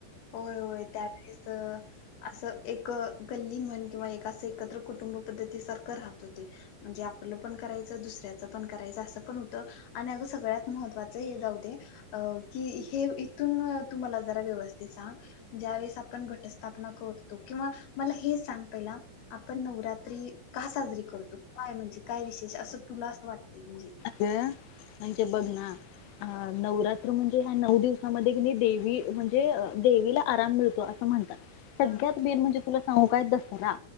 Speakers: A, on the left (about 55°); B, on the left (about 80°).
A: होय होय त्यावेळेस <unintelligible> असं एक गल्ली म्हण किंवा एक असं एकत्र कुटुंब पद्धती सारखं राहत होते. म्हणजे आपलं पण करायच दुसऱ्याच पण करायचं. असं पण होतं आणि अग सगळ्यात महत्त्वाचं हे जाऊ दे की हे इथून तुम्हाला जरा व्यवस्थित. ते सांग ज्या वेळेस आपण घटस्थापना करतो किंवा मला हे सांग पहिला आपण नवरात्री का साजरी करतो काय म्हणजे? काय विशेष? असं तुला अस वाटत म्हणजे.
B: म्हणजे बघ ना अ नवरात्र म्हणजे ह्या नऊ दिवसामध्ये की देवीम्हणजे देवीला आराम मिळतो असं म्हणतात. सगळ्यात
A: हा
B: मेन म्हणजे तुला सांगू काय? दसरा